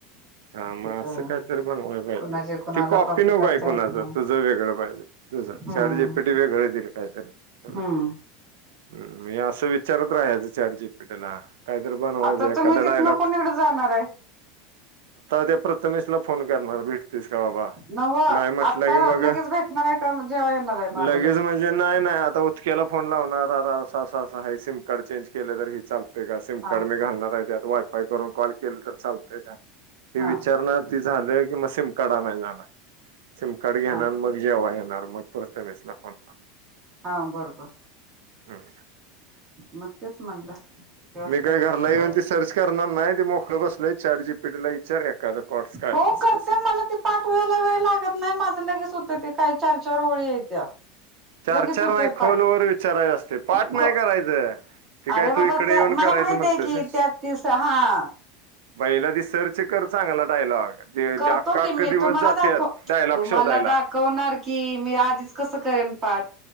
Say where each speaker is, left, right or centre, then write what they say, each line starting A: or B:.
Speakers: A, on the right (about 80°); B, on the right (about 25°).
A: हा मग
B: तिथं
A: असं काहीतरी बण पाहिजे
B: कुणाचे कुणाला
A: ती कॉपी नको
B: करता
A: आहे कुणाचं
B: येत नाही
A: तुझ वेगळं पाहिजे तुझ
B: हम्म
A: शारजी पेटी वेगळं देईल काहीतरी तुला...
B: हम्म
A: मी असं विचारत राहाचं चॅट जी पी टी जी ला.. काहीतरी बनवायचं
B: आता
A: एखादा
B: तुम्ही
A: डायलॉग
B: तिथ न कोणीकडे जाणार आहे.
A: ते प्रथमेशला फोन करणार भेट... तीस का बाबा
B: नव
A: नाही म्हटलं
B: आता
A: की मग
B: लगेच भेटणार आहे का जेव्हा येणार आहे मागं
A: लगेच म्हणजे नाही नाही आता उदक्याला फोन लावणार.... स स असं हे सिम कार्ड चेंज केलं तरी चाल... ते सिम
B: हा
A: कार्ड मी घालणार आहेत. वायफाय करून कॉल केले तर चालतय का... हे
B: हा
A: विचारणा ती झालं की मग सिम... कार्ड आणायला जाणार. सिम कार्ड घेणार
B: हा
A: आणि मग जेवाय येणार. मग... बेसला फोन...
B: हा बरोबर
A: हम्म..
B: मग तेच म्हणलं... किती वाजता
A: मी काही
B: येणार
A: घरला
B: जेव्हा
A: येऊन ती सर्च करणार नाही ते मोकळ बसलंय... चॅट जी पी टी ला विचार एखादा कॉट्स काय
B: हो
A: कस
B: करते
A: कस
B: मला ते पाठवायला वेळ लागत नाही माझं लगेच... होत ते काय चार चार ओळी आहेत त्या...
A: चार
B: लगेच
A: चार
B: होतय
A: नाही
B: पाठ
A: खोल व विचाराय असते पाठ
B: खो
A: नाही करायचं ते काय
B: अरे बाबा
A: तू इकडे
B: त्या
A: येऊन करायचं
B: मला माहित
A: मग
B: आहे
A: तस...
B: की त्या तीस हा
A: बहिला दि सर्च कर चांगला डायलॉग...
B: करतो
A: अख्खा अख्खा
B: की मी
A: दिवस
B: तुम्हाला
A: जात्यात
B: दाखव
A: डायलॉग
B: तुम्हाला
A: शोधायला
B: दाखवणार की मी आधीच कसं करेन पाठ...